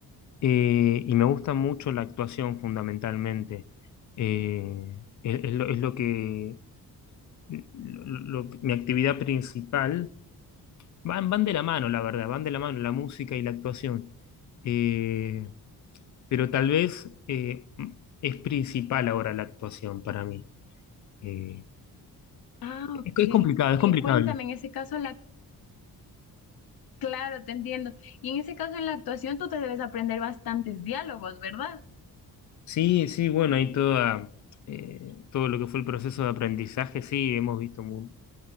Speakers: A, on the left; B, on the left.
A: eh, y me gusta mucho la actuación fundamentalmente. Eh, es, es lo, es lo que, lo- lo- lo- mi actividad principal Van, van de la mano, la verdad, van de la mano la música y la actuación. Eh, pero tal vez eh, es principal ahora la actuación para mí. Eh,
B: Ah,
A: es,
B: ok.
A: es complicado, es
B: Y
A: complicado.
B: cuéntame, en ese caso, la Claro, te entiendo. Y en ese caso, en la actuación, tú te debes aprender bastantes diálogos, ¿verdad?
A: Sí, sí, bueno, hay toda, eh, todo lo que fue el proceso de aprendizaje, sí, hemos visto, mu-